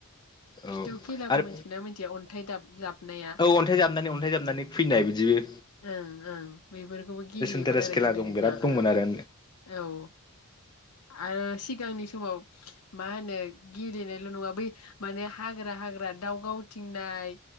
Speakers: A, on the left (about 20°); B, on the left (about 75°).
A: औ
B: फिथु खेलाखौ
A: आरो
B: मिथिगोना मिथिया? अन थाय दाब जाबनाया
A: अ अन्थाइ जाबनानै अन्थाइ जाबनानै फैनाय बिदिबो
B: ओं ओं बेफोरखौबो गेलेयोमोन
A: इन्टारेस्ट
B: आरो
A: खेला
B: गोदोनिजा
A: दं बिराद दंमोन
B: ओं
A: आरो
B: औ। आरो सिगांनि समाव मा होनो गेलेनायल' नंङा बै माने हाग्रा हाग्रा दाव गावथिंनाय।